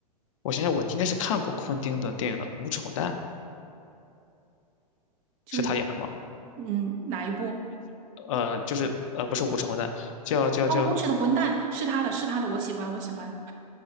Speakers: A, on the left (about 50°); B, on the right (about 40°).
A: 我想想，我应该是看过昆汀的电影的《无耻混蛋》，
B: 就是
A: 是他演的吗？
B: 嗯，哪一部？
A: 呃，就是呃，不是《无耻混蛋》，叫叫叫，
B: 哦，《无耻的混蛋》是他的，是他的，我喜欢，我喜欢，